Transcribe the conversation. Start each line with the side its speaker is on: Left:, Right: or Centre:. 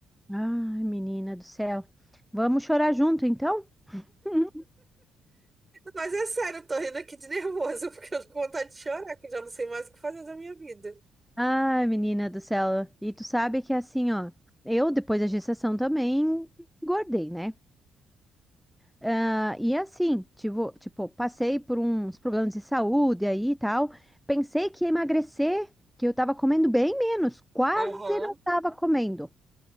Centre: Ai, menina do céu. Vamos chorar junto, então? <laughs>
Right: Mas é sério, eu tô rindo aqui de nervoso, <laughs> porque eu tô com vontade de chorar, que eu já não sei mais o que fazer da minha vida.
Centre: Ai, menina do céu. E tu sabe que assim, ó, eu depois da gestação também engordei, né? Ah, e assim, tipo, tipo, passei por uns problemas de saúde aí e tal. Pensei que ia emagrecer, que eu tava comendo bem menos, quase
Right: Aham.
Centre: não tava comendo.